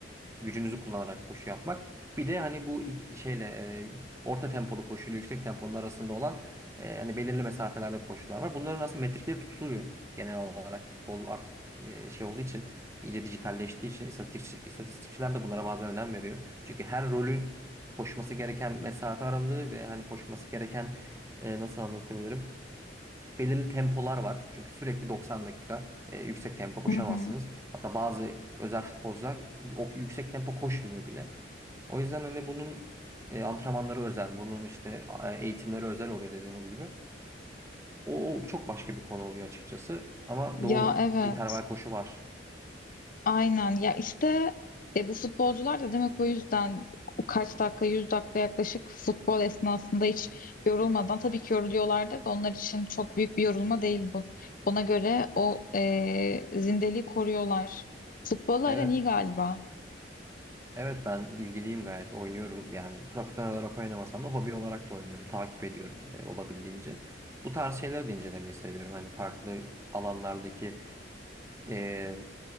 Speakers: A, on the right (about 15°); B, on the left (about 50°).
A: gücünüzü kullanarak koşu yapmak. Bir de hani bu ilk- şeyle e, orta tempolu koşuyla yüksek temponun arasında olan e, hani belirli mesafelerde koşular var. Bunların aslında metrikleri tutuluyor. Genel olarak futbol artık e, şey olduğu için iyice dijitalleştiği için istatistik, istatistikçiler de bunlara bazen önem veriyor. Çünkü her rolün koşması gereken mesafe aralığı ve hani koşması gereken e, nasıl anlatabilirim? belirli tempolar var. Çünkü sürekli 90 dakika e, yüksek tempo koşamazsınız.
B: Hı hı.
A: Hatta bazı özel futbolcular bir- o yüksek tempo koşmuyor bile. O yüzden hani bunun e, antrenmanları özel, bunun işte e, eğitimleri özel oluyor dediğiniz gibi. O, o çok başka bir konu oluyor açıkçası. Ama
B: Ya
A: doğru.
B: evet.
A: interval koşu var.
B: Aynen. Ya işte e, bu futbolcular da demek o yüzden kaç dakika, 100 dakika yaklaşık futbol esnasında hiç yorulmadan tabii ki yoruluyorlardır da onlar için çok büyük bir yorulma değil bu. Ona göre o e, zindeliği koruyorlar. Futbol
A: Evet.
B: aran iyi galiba.
A: Evet ben ilgiliyim gayet. Oynuyorum yani. Profesyonel olarak oynamasam da hobi olarak da oynuyorum. Takip ediyorum e, olabildiğince. Bu tarz şeyleri de incelemeyi seviyorum. Hani farklı alanlardaki e,